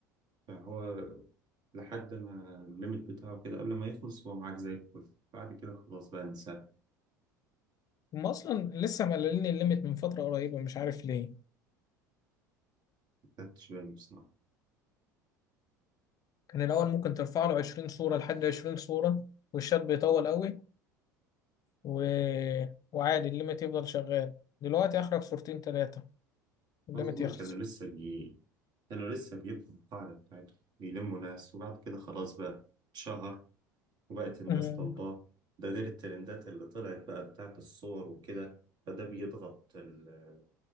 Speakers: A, on the right; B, on the left.
A: فهو لحد ما الليميت بتاعه كده قبل ما يخلص هو معاك زي الفل بعد كده خلاص بقى انساه
B: هم اصلا لسه مقللين الليميت من فترة قريبة مش عارف ليه
A: ما خدتش بالي بصراحة
B: كان الأول ممكن ترفع له 20 صورة لحد 20 صورة والشات بيطول قوي و... وعادي الليميت يفضل شغال دلوقتي آخرك صورتين تلاتة الليميت
A: أظن
B: يخلص
A: كانوا لسه بي كانوا لسه بيبنوا القاعدة بتاعتهم بيلموا ناس وبعد كده خلاص بقى اتشهر وبقت الناس
B: أمم.
A: طالباه ده غير الترندات اللي طلعت بقى بتاعت الصور وكده فده بيضغط ال...